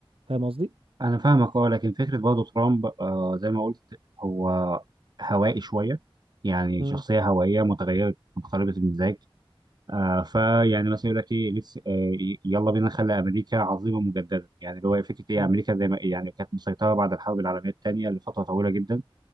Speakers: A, on the right; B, on the right.
A: فاهم قصدي؟
B: انا فاهمك اه لكن فكره برضه ترامب آه زي ما قلت هو هوائي شويه يعني
A: مم،
B: شخصيه هوائيه متغيره متقلبه المزاج آه فيعني مثلا يقول لك ايه لسه آه ي- يلا بينا نخلي امريكا عظيمه مجددا يعني اللي هو فكره ايه
A: مم،
B: امريكا زي ما يعني كانت مسيطره بعد الحرب العالميه الثانيه لفتره طويله جدا